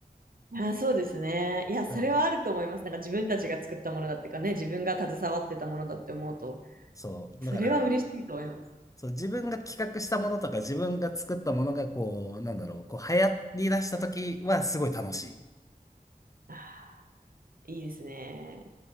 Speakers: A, on the right (about 70°); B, on the left (about 20°).
A: あ、そうですね。いや、それはあると思います。
B: だから
A: なんか自分たちが作ったものだってかね、自分が携わってたものだって思うと、
B: そう、
A: それは嬉しいと思います。
B: だから、そう、自分が企画したものとか、自分が作ったものが、こう、なんだろう、こう流行り出した時はすごい楽しい。
A: あー、いいですね。